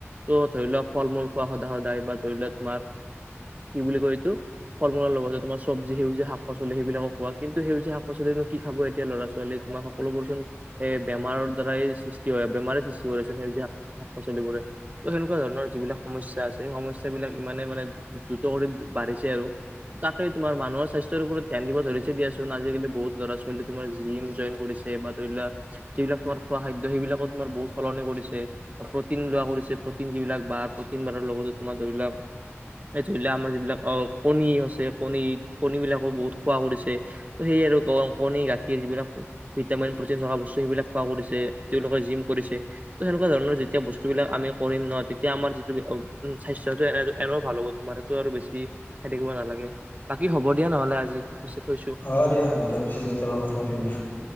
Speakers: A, on the right; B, on the left.
A: ত' ধৰি লওক ফল-মূল খোৱা সদায়-সদায় বা ধৰি লওক তোমাৰ কি বুলি কয় এইটো <unintelligible> ফল-মূলৰ লগতে তোমাৰ চবজি সেউজীয়া শাক-পাচলি সেইবিলাক খোৱা। কিন্ত সেউজীয়া শাক-পাচলি কি খাব এতিয়া ল'ৰা-ছোৱালী তোমাৰ <unintelligible> সকলোবোৰ চোন সেই বেমাৰৰ দ্বাৰাই সৃষ্টি হয়। বেমাৰে সৃষ্টি কৰে চোন সেউজীয়া শাক পাচলিবোৰে। <unintelligible> ত সেনেকুৱা ধৰণৰ যিবিলাক সমস্যা আছে সেই সমস্যাবিলাক ইমানে মানে দ্ৰুত কৰি বাঢ়িছে আৰু। <unintelligible> তাকে তোমাৰ মানুহৰ স্বাস্থ্যৰ ওপৰত ধ্যান দিব ধৰিছে দিয়া চোন। আজিকালি বহুত ল'ৰা-ছোৱালী তোমাৰ জিম জইন কৰিছে বা <unintelligible> ধৰি লোৱা যিবিলাক তোমাৰ খোৱা খাদ্য সেইবিলাকত তোমাৰ বহুত <unintelligible> সলনি কৰিছে। প্ৰটিন লোৱা কৰিছে, প্ৰটিন যিবিলাক বাৰ প্ৰ'টিন বাৰাৰ লগতে তোমাৰ ধৰি লোৱা <unintelligible> এই ধৰি লোৱা আমাৰ যিবিলাক অ কণী আছে, কণী-কণী বিলাকো বহুত খোৱা কৰিছে। <unintelligible> ত সেয়েই আৰু ক-কণী, গাখীৰ যিবিলাক <unintelligible> ভিটামিন, প্ৰটিন থকা বস্তু সেইবিলাক খোৱা কৰিছে। তেওঁলোকে জিম কৰিছে। <unintelligible> ত তেনেকুৱা ধৰণৰ যেতিয়া বস্তুবিলাক আমি কৰিম ন। তেতিয়া আমাৰ যিটো <unintelligible> স্বাস্থ্যটো এনে এনেও ভাল হ'ব তোমাৰ। সেইটো আৰু বেছি চাই থাকিব নালাগে। বাকী হ'ব দিয়া নহলে আজি পিছে থৈছোঁ? <unintelligible>
B: হ'ব দিয়া, হ'ব দিয়া পিছত কেতিয়াবা কথা পাতিম দিয়া। <unintelligible>